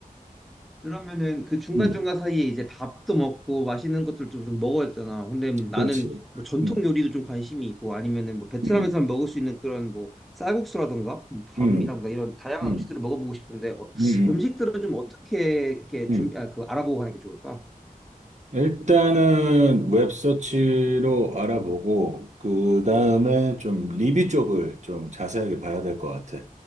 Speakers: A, in the centre; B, on the right.
A: 그러면은 그 중간중간
B: 음.
A: 사이에 이제 밥도 먹고 맛있는 것들 좀좀 먹어야 되잖아. 근데 뭐 나는
B: 그렇지.
A: 뭐 전통
B: 음,
A: 요리도 좀 관심이 있고 아니면은 뭐 베트남에서
B: 음,
A: 먹을 수 있는 그런 뭐 쌀국수라든가 뭐 밤이라든가
B: 음,
A: 이런 다양한
B: 음,
A: 음식들을 먹어보고 싶은데 어,
B: 음,
A: 음식들은 좀 어떻게 이렇게
B: 음.
A: 준비, 아, 그 알아보고 가는 게 좋을까?
B: 일단은 웹서치로 알아보고, 그 다음에 좀 리뷰 쪽을 좀 자세하게 봐야 될 것 같아.